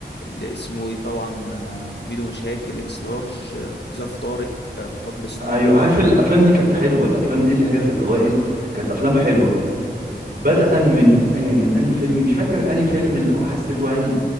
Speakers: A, on the left; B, on the right.
A: اللي اسمه ايه طبعا آه، ميدو مشاكل اكس لارج آه، ظرف طارق آه، مطب صناعي
B: ايوه عارف الافلام دي كانت حلوه الافلام دي اللي هي في الاوائل كانت افلام حلوه بدءا من أي- من اني فيلم مش فاكر اني فيلم اللي هو حسيته يعني